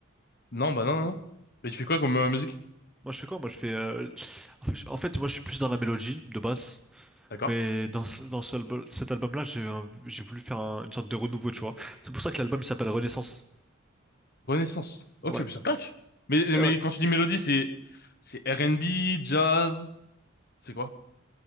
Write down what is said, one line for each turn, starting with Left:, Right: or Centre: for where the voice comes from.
Left: Non, bah non, non, non. Mais tu fais quoi comme euh, musique?
Centre: Moi, je fais quoi? Moi, je fais... euh, En fait, je- en fait, moi, je suis plus dans la mélodie, de base.
Left: D'accord.
Centre: Mais dans, ce- dans ce albu- cet album-là, j'ai un- j'ai voulu faire un- une sorte de renouveau, tu vois. C'est pour ça que l'album, il s'appelle Renaissance.
Left: Renaissance. Ok,
Centre: Ouais,
Left: puis ça claque. Mais,
Centre: eh
Left: mais
Centre: ouais.
Left: quand tu dis mélodie, c'est c'est R&B, jazz, c'est quoi?